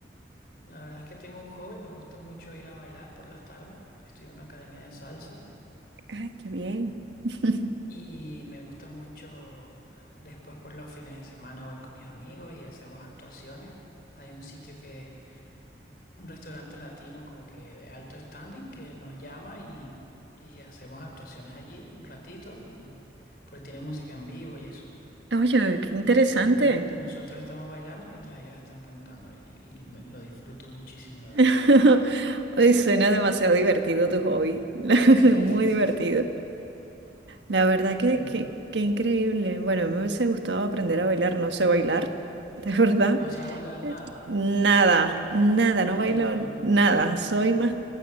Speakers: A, on the left; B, on the right.
A: La verdad es que tengo un hobby. Me gusta mucho ir a bailar por las tardes. Estoy en una academia de salsa.
B: Ay, qué bien. <laughs>
A: Y me gusta mucho después por los fines de semana voy con mis amigos y hacemos actuaciones. Hay un sitio que un restaurante latino como que de alto standing que nos llama y, y hacemos actuaciones allí un ratito y porque tiene música en vivo y eso.
B: Oye, qué interesante.
A: Ujú, Y nosotros estamos bailando mientras ellos están cantando y, y me- lo disfruto muchísimo, la verdad.
B: <laughs> Ay, suena demasiado divertido tu hobby. <laughs>
A: Sí,
B: Muy
A: sí, sí,
B: divertido.
A: sí.
B: La verdad que,
A: Ujú.
B: que, que increíble. Bueno, me hubiese gustado aprender a bailar, no sé bailar, <laughs> de verdad.
A: ¿No sabes bailar nada?
B: Nada, nada,
A: Ah,
B: no bailo nada. Soy más